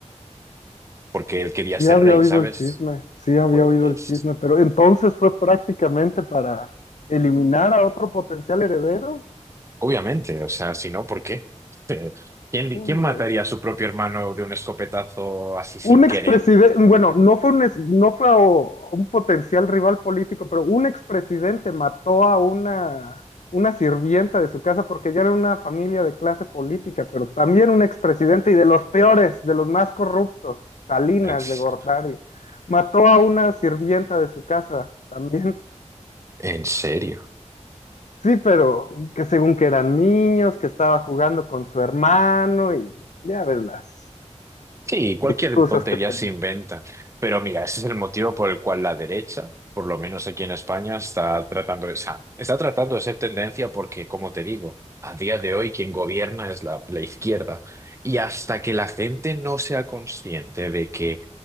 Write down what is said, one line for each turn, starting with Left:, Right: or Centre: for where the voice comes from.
Right: porque él quería
Left: Sí
Right: ser
Left: había
Right: rey,
Left: oído
Right: ¿sabes?
Left: el chisme, sí había
Right: Pues
Left: oído el chisme, pero entonces fue prácticamente para eliminar a otro potencial heredero.
Right: obviamente, o sea, si no, ¿por qué? <laughs> ¿Quién,
Left: Hombre.
Right: quién mataría a su propio hermano de un escopetazo así sin
Left: un expresidente,
Right: querer?
Left: bueno, no fue un, es- no fue a- un potencial rival político, pero un expresidente mató a una, una sirvienta de su casa porque ya era una familia de clase política, pero también un expresidente y de los peores, de los más corruptos, Salinas
Right: <laughs>
Left: de Gortari, mató a una sirvienta de su casa también.
Right: ¿En serio?
Left: Sí, pero que según que eran niños, que estaba jugando con su hermano y ya ves las
Right: Sí, cualquier
Left: excusas
Right: tontería
Left: que ponen.
Right: se inventa. Pero mira, ese es el motivo por el cual la derecha, por lo menos aquí en España, está tratando de, o sea, está tratando de ser tendencia porque, como te digo, a día de hoy quien gobierna es la, la izquierda. Y hasta que la gente no sea consciente de que